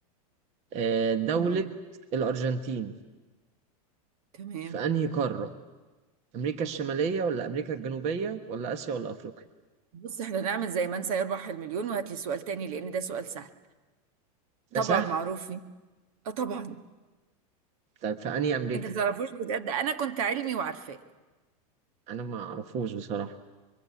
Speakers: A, on the right; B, on the right.
A: آه، دولة
B: مم.
A: الأرجنتين
B: تمام
A: في أنهي قارة أمريكا الشمالية ولا أمريكا الجنوبية ولا آسيا ولا أفريقيا
B: بص احنا نعمل زي من سيربح المليون وهات لي سؤال تاني لأن ده سؤال سهل
A: ده
B: طبعا
A: سهل
B: معروف مين اه طبعا
A: طب في أنهي أمريكا؟
B: انت ما تعرفوش بجد انا كنت علمي وعارفاه
A: أنا ما أعرفوش بصراحة